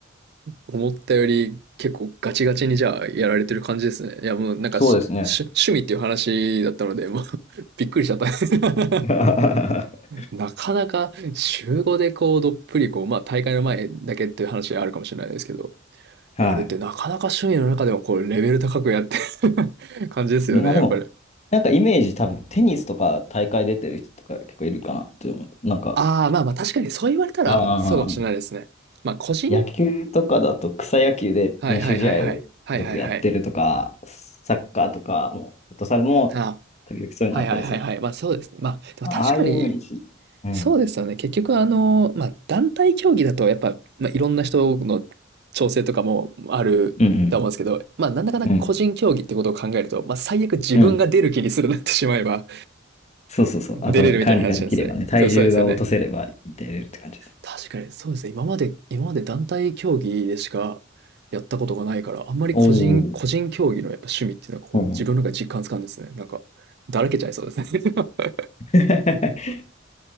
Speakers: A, on the right; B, on the left.
A: 思ったより結構ガチガチにじゃあやられてる感じですね。いやもうなんかし、
B: そうですね。
A: し趣味っていう話だったので、もう <laughs> びっくりしちゃった。<laughs>
B: <laughs>
A: なかなか週5でこうどっぷりこう、まあ大会の前だけっていう話あるかもしれないですけど、
B: は
A: やるってなかなか趣味の中でもこうレベル高くやってる <laughs> 感じですよね、
B: い。でまあでも、
A: やっぱり。
B: なんかイメージ多分、テニスとか大会出てる人とか結構いるかなって思う。なんか、
A: ああ、まあまあ確かにそう言われたらそうかもしれないですね。
B: ああ、
A: まあ個人
B: 野球とかだと草野球で練習試合をよくやってるとか、
A: はいはいはいはい。はいはいはい。
B: サッカーとかも、フットサルも、
A: ああ
B: 時々そういうのあったりする。
A: はいはいはいはい。まあそうですね。まあでも確かに、
B: まあああいうイメージ。うん。
A: そうですよね。結局あの、まあ団体競技だとやっぱ、まあ、いろんな人の調整とかもあると思うんですけど、
B: うんうん。
A: まあなんだかんだ個人競技ってことを考えると、
B: うん。
A: まあ最悪自分が出る気にするなってしまえば
B: うん。そうそうそう。あと、
A: 出れるみたいな話なんですね。
B: 管理ができればね、体重が落とせれば出れるって感じです。
A: そう、そうですよね。確かにそうですね。今まで、今まで団体競技でしかやったことがないから、あんまり個人、
B: おお
A: 個人競技のやっぱ趣味っていうのはこう自分の中で実感つかんですね。
B: うんうん
A: なんか、だらけちゃいそうですね。<laughs>
B: <laughs>